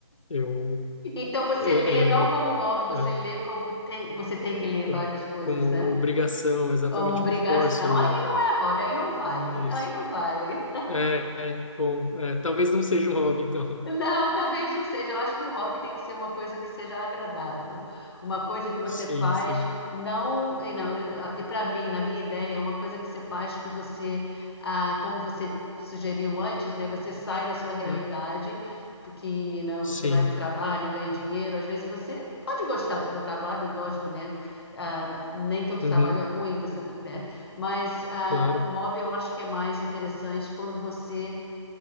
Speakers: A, on the left; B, on the left.
A: Eu,
B: Então, você
A: é,
B: lê não
A: é,
B: como hobby, você
A: é,
B: lê como tem, você tem
A: co-
B: que ler
A: co-
B: várias coisas,
A: como
B: né?
A: obrigação, exatamente,
B: É uma obrigação.
A: eu me forço a ler
B: Aí não é hobby, aí não vale.
A: isso.
B: Aí não vale.
A: É, é, bom, é, talvez não seja um hobby, então.
B: Não, talvez não seja. Eu acho que o hobby tem que ser uma coisa que seja agradável, uma coisa que você
A: Sim,
B: faz
A: sim.
B: não e não e para mim, na minha ideia, é uma coisa que você faz que você, ah, como você sugeriu antes, né? Você sai da sua realidade,
A: Hum,
B: porque não,
A: Sim.
B: você vai para o trabalho, e ganha dinheiro. Às vezes você pode gostar do teu trabalho, lógico, né? Ah, nem todo
A: Uhum,
B: trabalho é ruim, você, tra- né? Mas ah,
A: claro.
B: um hobby eu acho que é mais interessante quando você